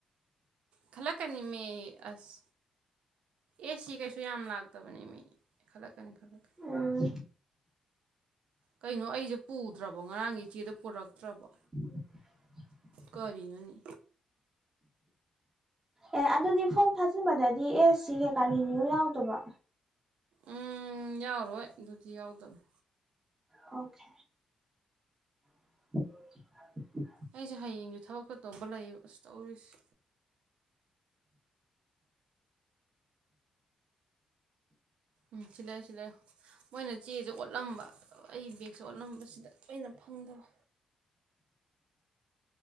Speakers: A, on the right; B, on the right.
A: ꯈꯜꯂꯛꯀꯅꯤꯃꯤ ꯑꯁ ꯑꯦ ꯁꯤ ꯀꯩꯁꯨ ꯌꯥꯝ ꯂꯥꯛꯇꯕꯅꯦꯃꯤ ꯈꯜꯂꯛꯀꯅꯤ ꯈꯜꯂꯛꯀꯅꯤ
B: ꯎꯝ
A: ꯀꯩꯅꯣ ꯑꯩꯖꯦ ꯄꯨꯗ꯭ꯔꯕꯣ ꯉꯔꯥꯡꯒꯤ ꯆꯦꯗꯣ ꯄꯣꯔꯛꯇ꯭ꯔꯕꯣ
B: <inaudible>
A: ꯀꯔꯤꯅꯣꯅꯦ
B: <inaudible> ꯑꯦ ꯑꯗꯨꯗꯤ ꯐꯣꯝ ꯊꯥꯖꯤꯟꯕꯗꯗꯤ ꯑꯦꯁ ꯁꯤ ꯀꯩꯀꯥ ꯔꯤꯅ꯭ꯌꯨ ꯌꯥꯎꯗꯕ꯭ꯔꯣ
A: ꯎꯝ ꯌꯥꯎꯔꯣꯏ ꯑꯗꯨꯗꯤ ꯌꯥꯎꯗꯝꯅꯦ
B: ꯑꯣꯀꯦ <inaudible>
A: ꯑꯩꯖꯦ ꯍꯌꯦꯡꯖꯨ ꯊꯕꯛ ꯆꯠꯇꯧꯕ ꯂꯩꯌꯦꯕ ꯑꯁ ꯇꯧꯔꯤꯁꯦ ꯎꯝ ꯁꯤ ꯂꯩꯌꯨ ꯁꯤ ꯂꯩꯌꯨ ꯃꯣꯏꯅ ꯆꯦꯖꯦ ꯑꯣꯠꯂꯝꯕ ꯑꯩ ꯕꯦꯛꯁꯦ ꯑꯣꯠꯂꯝꯕꯁꯤꯗ ꯂꯣꯏꯅ ꯐꯪꯗꯕ